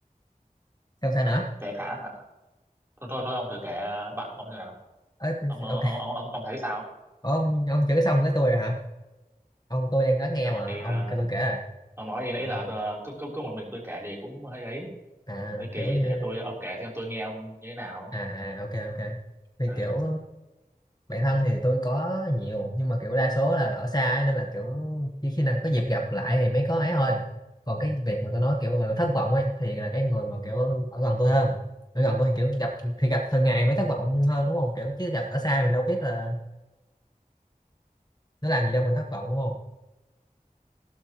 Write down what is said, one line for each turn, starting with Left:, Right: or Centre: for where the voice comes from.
Left: sao sao nữa
Right: kể cả hả thôi thôi thôi ông thử kể ờ, bạn của ông như nào
Left: Ờ,
Right: ông ông
Left: ok
Right: ông ông, ông thấy sao
Left: ông ông chữ xong cái tôi rồi hả ông tôi đang lắng nghe
Right: ờ
Left: mà
Right: thì ờ,
Left: ông kêu tôi kể rồi
Right: ông nói đi nãy
Left: Ờ,
Right: giờ tôi- cứ cứ cứ một mình tôi kể thì cũng hơi ấy
Left: à
Right: hơi kỳ
Left: kiểu như
Right: để tôi ông kể xem tôi nghe ông như thế nào
Left: à à, ok ok thì
Right: ừ
Left: kiểu bạn thân thì tôi có nhiều nhưng mà kiểu đa số là ở xa ấy, nên là kiểu chỉ khi nào có dịp gặp lại thì mới có ấy thôi còn cái việc mà tôi nói kiểu mà thất vọng ấy thì là cái người mà kiểu ở gần tôi hơn ở gần tôi thì kiểu gặp thì gặp thường ngày mới thất vọng hơn đúng không kiểu chứ gặp ở xa mình đâu biết là nó làm gì đâu mình thất vọng đúng không